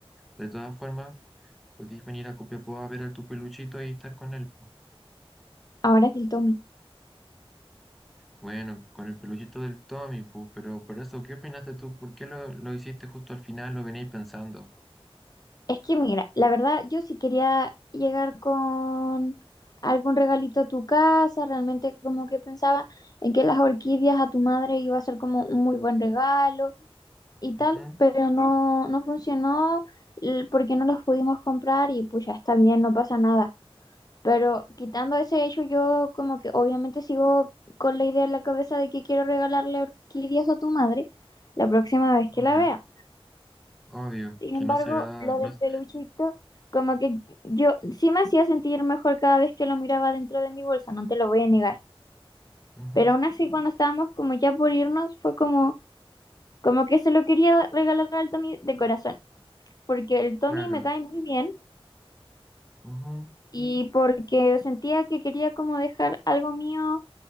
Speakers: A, in the centre; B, on the left.
A: De todas formas, podéis venir a Copiapó a ver a tu peluchito y estar con él.
B: ahora es el Tommy?
A: Bueno, con el peluchito del Tommy, pu, pero por eso, ¿qué opinaste tú? ¿Por qué lo, lo hiciste justo al final? ¿Lo veníais pensando?
B: Es que mira, la verdad yo sí quería llegar con algún regalito a tu casa, realmente como que pensaba en que las orquídeas a tu madre iba a ser como un muy buen regalo y tal,
A: Ujú,
B: pero no, no funcionó l- porque no los pudimos comprar y pues ya está bien, no pasa nada. Pero quitando ese hecho, yo como que obviamente sigo con la idea en la cabeza de que quiero regalarle orquídeas a tu madre la próxima vez
A: Obvio,
B: que la vea.
A: obvio,
B: Sin
A: que
B: embargo,
A: no será,
B: lo
A: no,
B: del
A: es-
B: peluchito, como que yo sí me hacía sentir mejor cada vez que lo miraba dentro de mi bolsa, no te lo voy a negar.
A: ujú,
B: Pero aún así, cuando estábamos como ya por irnos, fue como, como que se lo quería regalar al Tommy de corazón, porque el Tommy
A: claro,
B: me cae muy bien
A: ujú,
B: y porque sentía que quería como dejar algo mío